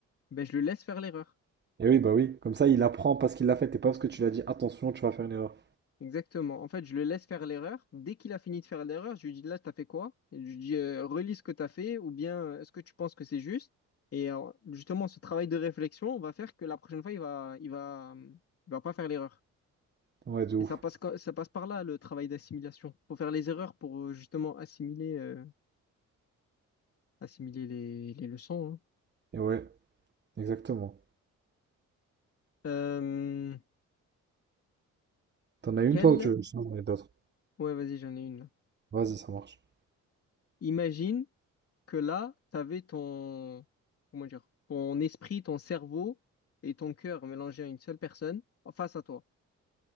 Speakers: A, on the left (about 50°); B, on the right (about 35°).
A: Bah, je le laisse faire l'erreur.
B: Et oui, bah oui. Comme ça, il apprend parce qu'il l'a fait et pas parce que tu l'as dit, attention, tu vas faire une erreur.
A: Exactement. En fait, je le laisse faire l'erreur. Dès qu'il a fini de faire l'erreur, je lui dis là, t'as fait quoi? Et je lui dis euh, relis ce que t'as fait ou bien euh, est-ce que tu penses que c'est juste? Et euh, justement, ce travail de réflexion va faire que la prochaine fois, il va, il va, euh, il va pas faire l'erreur.
B: Ouais, de ouf.
A: Et ça passe, co- ça passe par là, le travail d'assimilation. Faut faire les erreurs pour euh, justement assimiler, euh, assimiler les, les leçons. hein.
B: Et ouais, exactement.
A: Euh,
B: T'en as une
A: quelle...
B: toi ou tu veux que je ai d'autres?
A: Ouais, vas-y, j'en ai une là.
B: Vas-y, ça marche.
A: Imagine. que là, tu avais ton, comment dire, ton esprit, ton cerveau et ton cœur mélangés à une seule personne en face à toi,